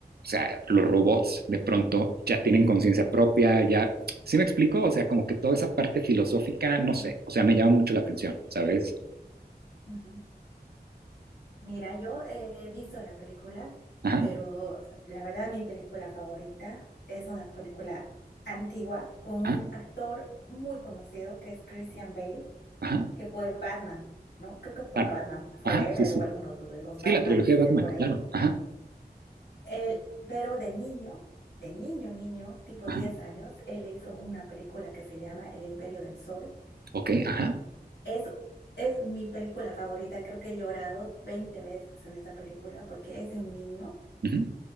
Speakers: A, on the right (about 70°); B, on the left (about 85°).
A: sea, los robots de pronto ya tienen conciencia propia, ya, ¿sí me explico? O sea, como que toda esa parte filosófica, no
B: ujú,
A: sé, o sea, me llama mucho la atención, ¿sabes?
B: ujú. Mira, yo eh, he visto la película,
A: Ajá,
B: pero la verdad mi película favorita es una película antigua con
A: ajá,
B: un actor muy conocido que es Christian Bale,
A: ajá,
B: que fue Batman, ¿no? Creo que fue
A: claro,
B: Batman Forever
A: ajá, sí, sí.
B: o alguno de los
A: Sí,
B: Batmans
A: la trilogía de
B: de
A: Batman,
B: por ahí.
A: claro, ajá,
B: Él- pero de niño, de niño, niño, tipo
A: ajá,
B: 10 años, él hizo una película que se llama El Imperio del Sol.
A: ok, ajá,
B: Es es mi película favorita, creo que he llorado 20 veces en esa película porque es de un niño
A: ujú,